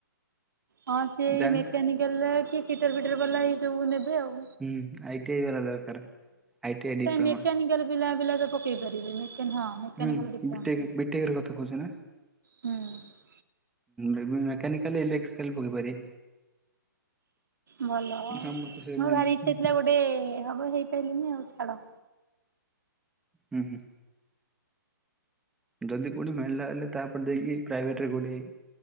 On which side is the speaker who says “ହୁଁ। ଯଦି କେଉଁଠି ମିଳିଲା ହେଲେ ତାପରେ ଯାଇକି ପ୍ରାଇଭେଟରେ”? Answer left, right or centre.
Centre